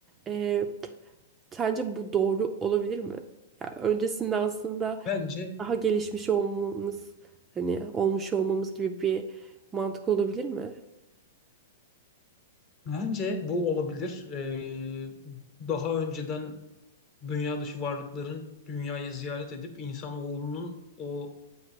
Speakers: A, on the right; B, on the left.
A: e, Sence bu doğru olabilir mi? Yani öncesinde aslında
B: Bence
A: daha gelişmiş olmamız, hani olmuş olmamız gibi bir mantık olabilir mi?
B: bence bu olabilir. Ee, daha önceden dünya dışı varlıkların dünyayı ziyaret edip insanoğlunun o